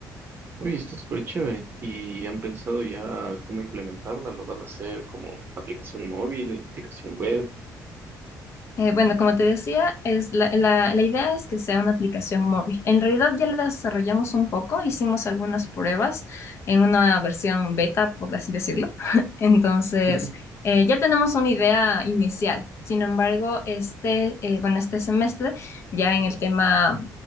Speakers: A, on the right; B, on the left.
A: Oye, está súper chévere. ¿Y han pensado ya cómo implementarla? ¿Lo vas a hacer como aplicación móvil, aplicación web?
B: Eh, bueno, como te decía, es la, la- la idea es que sea una aplicación móvil. En realidad ya la desarrollamos un poco, hicimos algunas pruebas en una versión beta, por así decirlo. <laughs> Entonces,
A: <laughs>
B: eh, ya tenemos una idea inicial. Sin embargo, este, eh, bueno, este semestre, ya en el tema